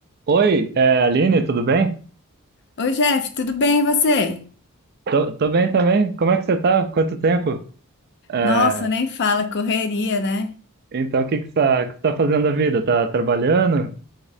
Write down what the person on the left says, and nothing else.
Oi, Jeff, tudo bem e você?
Nossa, nem fala, correria, né?